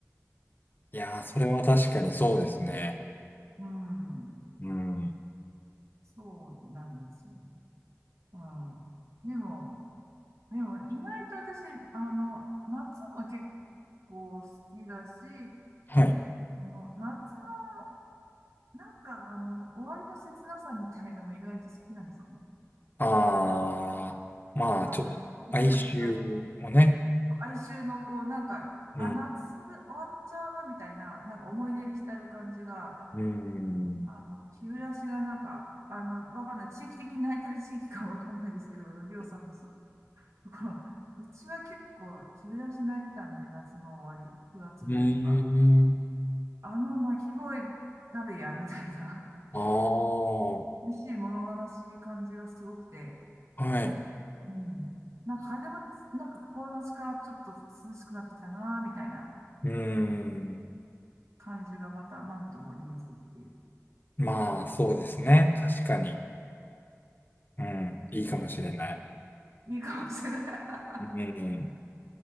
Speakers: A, on the left (about 40°); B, on the right (about 65°).
A: いやー、それは確かにそうですね。
B: うん。
A: うん。
B: そうなんですよ。うん。でも、でも意外と私、あの、夏も結構好きだし、
A: はい。
B: の夏の、なんかあの、終わりの切なさみたいのも意外と好きなんですよね。
A: ああ。まあ、
B: あの、
A: ちょっと、
B: 日暮らしが
A: 哀愁をね。
B: 哀愁のこう、なんか、
A: うん。
B: あ、夏終わっちゃうみたいな、なんか思い出に浸る感じが、
A: うん。
B: あの、日暮らしがなんか、あの、わかんない。地域的に泣いてる地域かわかんないですけど、あの、りょうさんのそうとかうちは結構日暮らし泣いてたんで、夏の終わり、9月ぐらいとか、
A: うーん。
B: あの泣き声たるや、みたいな、
A: ああ。
B: 寂しい物悲しい感じがすごくて、
A: はい。
B: うん。なんか風も、なんか心なしかちょっと涼しくなってきたな、みたいな。
A: うーん。
B: 感じがまた何とも言えずっていう。
A: まあ、そうですね。確かに。うん。
B: うん、
A: いいかもしれない。
B: いいかもしれない。
A: うん。